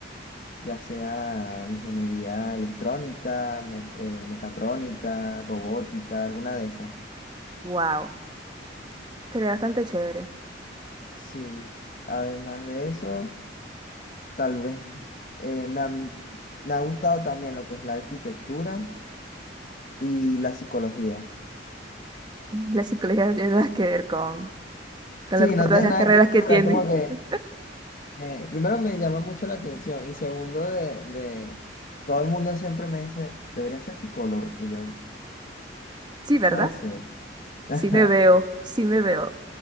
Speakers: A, on the left; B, on the right.
A: ya sea ingeniería electrónica, me- eh, mecatrónica, robótica, alguna de esas.
B: Wow. Sería bastante chévere.
A: Sí, además de eso, tal vez eh, me han- me ha gustado también lo que es la arquitectura y la psicología.
B: La psicología no tiene nada que ver con, con
A: Sí,
B: lo- todas
A: no tiene
B: las
A: nada
B: carreras
A: que ver,
B: que tiene.
A: pero es como
B: <laughs>
A: que... Eh, primero me llama mucho la atención y segundo de, de todo el mundo siempre me dice, debería ser psicólogo. Y yo,
B: Sí, ¿verdad?
A: puede ser. <laughs> Ajá,
B: Sí me veo, sí me veo.